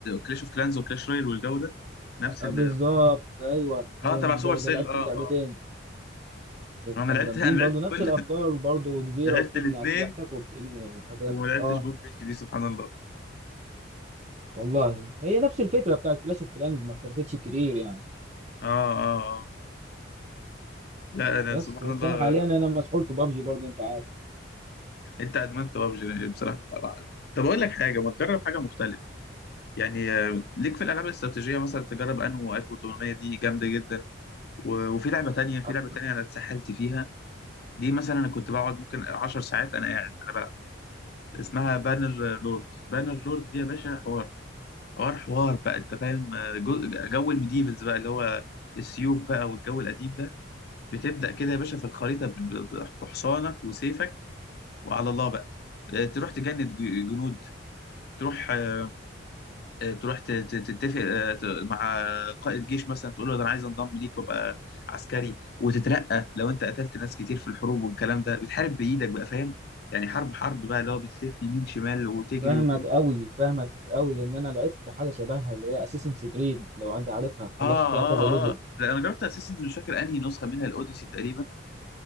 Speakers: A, on the left (about 50°); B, on the right (about 35°).
A: كلاش أوف كلانز وكلاش رويال والجو ده نفس
B: أه،
A: ال
B: بالظبط ايوه هي
A: آه تبع
B: الجوده
A: سوبر سيل
B: لعبت
A: آه آه
B: اللعبتين
A: آه. أنا
B: كانوا
A: لعبت
B: جامدين
A: أنا
B: برضو
A: لعبت
B: نفس
A: كل
B: الافكار
A: <laughs>
B: برضو جزيره
A: لعبت
B: وبتبني
A: الاتنين
B: اسلحتك وبتبني حاجاتك
A: وما لعبتش
B: اه
A: بومبيتش دي سبحان الله
B: والله هي نفس الفكره بتاعت كلاش اوف كلانز ما اختلفتش كتير يعني
A: آه آه آه لا أنا
B: بس
A: سبحان
B: بس
A: الله
B: انا حاليا انا مسحول في بابجي برضو انت عارف
A: انت ادمنت ببجي بصراحه طب اقول لك حاجه ما تجرب حاجه مختلفه يعني آه، ليك في الالعاب الاستراتيجيه مثلا تجرب انو 1800 دي جامده جدا و- وفي لعبه تانية في
B: أط-
A: لعبه تانية انا اتسحلت فيها دي مثلا انا كنت بقعد ممكن 10 ساعات انا قاعد انا بلعب اسمها بانر لورد بانر لورد دي يا باشا حوار حوار حوار بقى انت فاهم آه، جو جو الميديفلز بقى اللي هو السيوف بقى والجو القديم ده بتبدا كده يا باشا في الخريطه ب- ب- بحصانك وسيفك وعلى الله بقى آه، تروح تجند ج- جنود تروح آه، آه، تروح ت- ت- تتفق آه، ت- مع قائد جيش مثلا تقول له ده انا عايز انضم ليك وابقى عسكري وتترقى لو انت قتلت ناس كتير في الحروب والكلام ده بتحارب بايدك بقى فاهم يعني حرب حرب بقى اللي هو بالسيف يمين شمال وتجري
B: فاهمك
A: وتنط
B: قوي فاهمك قوي لان انا لعبت حاجه شبهها اللي هي اساسن كريد لو انت عارفها خلصت
A: اه
B: فيها
A: اه
B: كذا ليفل
A: اه لا انا جربت اساسنز مش فاكر انهي نسخه منها الاوديسي تقريبا